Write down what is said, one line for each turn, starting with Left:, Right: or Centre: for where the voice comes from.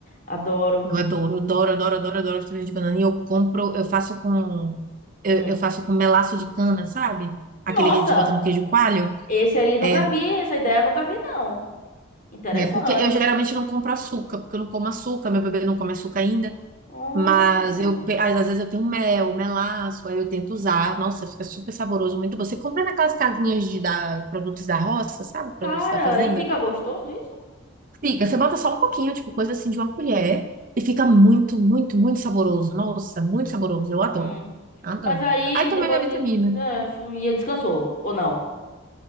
Left: Adoro.
Right: eu adoro, adoro, adoro, adoro, adoro vitamina de banana. E eu compro, eu faço com, eu,
Left: Hum.
Right: eu faço com melaço de cana, sabe? Aquele
Left: Nossa,
Right: que a gente bota no queijo coalho.
Left: esse aí nunca
Right: É,
Left: vi, essa ideia eu nunca vi, não. Interessante.
Right: é Porque eu geralmente não compro açúcar, porque eu não como açúcar, meu bebê não come açúcar ainda.
Left: Hum.
Right: Mas eu, pe- às às vezes eu tenho mel, melaço, aí eu tento usar. Nossa, fica super saboroso, muito bom. Você compra naquelas casinhas de da, produtos da roça, sabe? Produtos
Left: Cara,
Right: da fazenda.
Left: e fica gostoso isso?
Right: Fica, você bota só um pouquinho, tipo coisa assim de uma colher, e fica muito, muito, muito saboroso. Nossa, muito saboroso. Eu adoro.
Left: Hum.
Right: Adoro.
Left: Mas aí
Right: Aí tomei
Left: depois
Right: minha vitamina.
Left: de. É, f- e aí descansou, ou não?